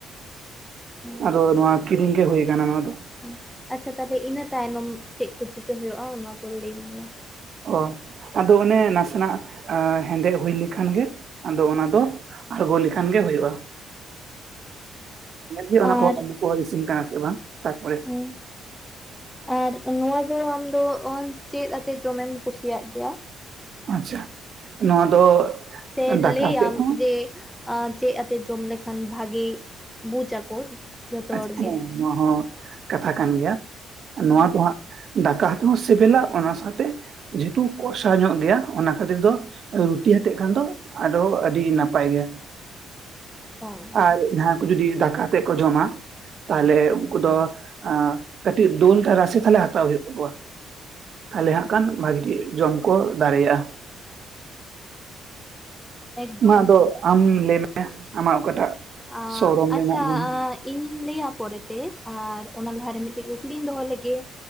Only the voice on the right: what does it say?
ᱟᱫᱚ ᱱᱚᱣᱟ ᱠᱤᱨᱤᱧ ᱜᱮ ᱦᱚᱭ ᱟᱠᱟᱱᱟ ᱱᱚᱣᱟ ᱫᱚ ᱾
ᱚ, ᱟᱫᱚ ᱚᱱᱮ ᱱᱟᱥᱮᱱᱟᱜ ᱟᱸ ᱦᱮᱸᱫᱮᱜ ᱦᱩᱭ ᱞᱮᱠᱷᱟᱱ ᱜᱮ ᱟᱫᱚ ᱚᱱᱟ ᱫᱚ ᱟᱬᱜᱚ ᱞᱮᱠᱷᱟᱱ ᱜᱮ ᱦᱩᱭᱩᱜᱼᱟ ᱧᱮᱞ ᱦᱩᱭᱩᱜᱼᱟ ᱚᱱᱟ
ᱠᱚ <inaudible> ᱤᱥᱤᱱ ᱠᱟᱱᱟ ᱥᱮ ᱵᱟᱝ ᱛᱟᱯᱚᱨᱮ
ᱟᱪᱪᱷᱟ, ᱱᱚᱣᱟ ᱫᱚ
ᱫᱟᱠᱟ
ᱟᱛᱮᱫ ᱦᱚᱸ
ᱦᱮᱸ
ᱱᱚᱣᱟ ᱦᱚᱸ ᱠᱟᱛᱷᱟ ᱠᱟᱱ ᱜᱮᱭᱟ,
ᱱᱚᱣᱟ ᱫᱚ ᱦᱟᱸᱜ ᱫᱟᱠᱟ ᱛᱮᱦᱚᱸ ᱥᱮᱵᱮᱞᱟ ᱚᱱᱟ ᱥᱟᱶᱛᱮ ᱡᱮᱦᱮᱛᱩ ᱠᱚᱥᱟ ᱧᱚᱜ ᱜᱮᱭᱟ ᱚᱱᱟ ᱠᱷᱟᱹᱛᱤᱨ ᱫᱚ ᱨᱩᱴᱤ ᱦᱟᱛᱮᱜ ᱠᱷᱟᱱ ᱫᱚ ᱟᱫᱚ ᱟᱹᱰᱤ ᱱᱟᱯᱟᱭ ᱜᱮᱭᱟ ᱾
ᱟᱨ ᱡᱟᱦᱟᱸ ᱠᱚ ᱡᱩᱫᱤ ᱫᱟᱠᱟ ᱟᱛᱮᱜ ᱠᱚ ᱡᱚᱢᱟ, ᱛᱟᱦᱚᱞᱮ ᱩᱱᱠᱩ ᱫᱚ ᱟᱸ ᱠᱟᱹᱴᱤᱡ ᱫᱚᱞ ᱛᱮ ᱨᱟᱥᱮ ᱛᱟᱦᱚᱞᱮ ᱦᱟᱛᱟᱣ ᱦᱩᱭᱩᱜ ᱛᱟᱠᱚᱣᱟ ᱾ ᱛᱟᱦᱚᱞᱮ ᱦᱟᱸᱜ ᱠᱷᱟᱱ ᱵᱷᱟᱜᱤ ᱴᱷᱤᱠ ᱡᱚᱢ ᱠᱚ ᱫᱟᱲᱮᱭᱟᱜᱼᱟ ᱾
ᱢᱟ ᱟᱫᱚ ᱟᱢ ᱞᱟᱹᱭᱢᱮ ᱟᱢᱟᱜ ᱚᱠᱟᱴᱟᱜ
ᱥᱚᱨᱚᱢ ᱨᱮᱱᱟᱜ
ᱡᱤᱱᱤᱥ?